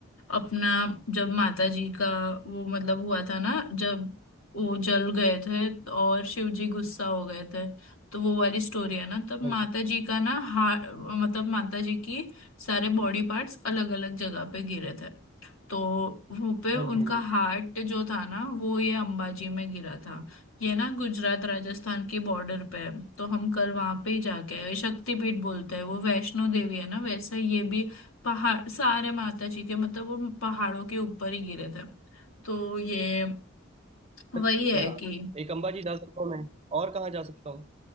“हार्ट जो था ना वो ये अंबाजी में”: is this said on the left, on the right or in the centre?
Left